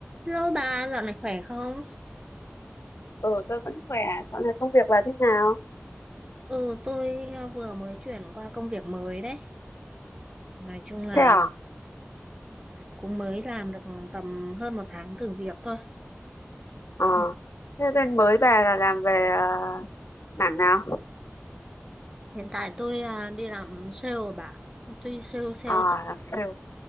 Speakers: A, on the right; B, on the left.
A: Hello bà, dạo này khỏe không?
B: Ừ, tôi vẫn khỏe. Dạo này công việc bà thế nào?
A: Ừ, tôi ờ, vừa mới chuyển qua công việc mới đấy. Nói chung là
B: Thế à?
A: cũng mới làm được tầm hơn một tháng thử việc thôi.
B: Ờ.
A: Ừ,
B: Thế bên mới bà là làm về ờ, mảng nào?
A: Hiện tại tôi à, đi làm sale bà. Tuy sale xe
B: À,
A: ô tô.
B: làm sale.